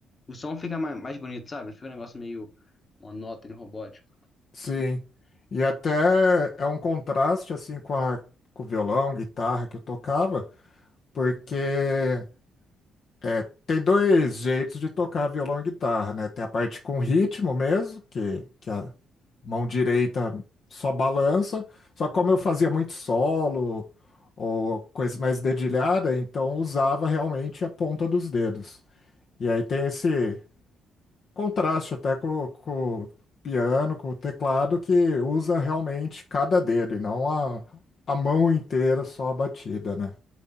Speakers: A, on the left; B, on the left.
A: O som fica mais, mais bonito, sabe? Fica um negócio meio monótono, robótico.
B: Sim. E até é um contraste assim com a, com o violão, guitarra que eu tocava, porque. É, tem dois jeitos de tocar violão e guitarra, né? Tem a parte com ritmo mesmo, que, que a mão direita só balança. Só que como eu fazia muito solo ou coisa mais dedilhada, então usava realmente a ponta dos dedos. E aí tem esse contraste até com, com o piano, com o teclado, que usa realmente cada dedo e não a, a mão inteira só a batida, né?